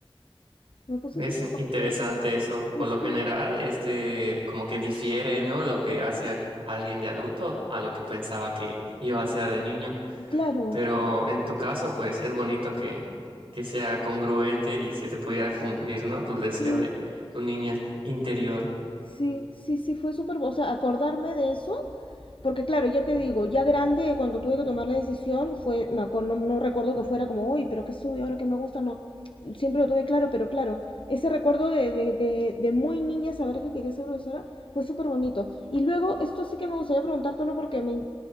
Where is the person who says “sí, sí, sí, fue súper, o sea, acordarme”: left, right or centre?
Left